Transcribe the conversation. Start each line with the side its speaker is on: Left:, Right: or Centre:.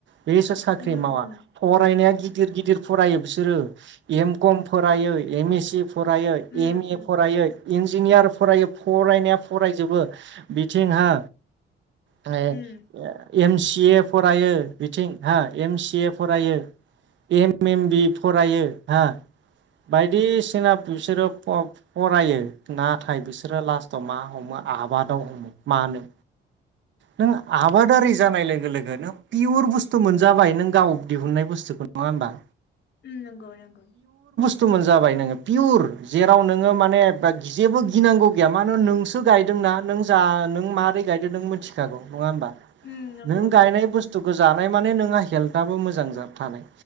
Right: बेसोर साख्रि
Left: उम
Right: मावा
Left: उम
Right: फरायनाया गिद गिदिर गिदिर फरायो बिसोरो एम कम फरायो एम एस सि फरायो
Left: उम
Right: एम ए
Left: उम
Right: फरायै इन जिनियार फरायो फरायनाया फरायजोबो बिथिंहा आ
Left: उम
Right: <unintelligible> एम सि ए फरायो बिथिं हा एम सि ए फरायो एम एम बि फरायो हा बायदिसिना बिसोरो फ फरायो। नाथाय बिसोरो लास्टाव मा हमो आबादाव हमो। मानो? नों आबादारि जानाय लोगो लोगोनो पिउर बुस्थु मोनजाबाय नों गाव दिहुननाय बुस्थुखौ नङा होनबा?
Left: उम नंगौ नंगौ।
Right: तु मोनजाबाय नोङो पियुर जेराव नोङो माने दा जेबो गिनांगौ गैया मानो होनो नोंसो गायदोंना नों जा नों मारै गायदों नों मिथि खागौ नङा होमबा?
Left: उम नंगौ
Right: नों गायनाय
Left: नंगौ।
Right: बुस्थुखौ जानाय माने नोंहा हेल्थआबो मोजां जा थानाय।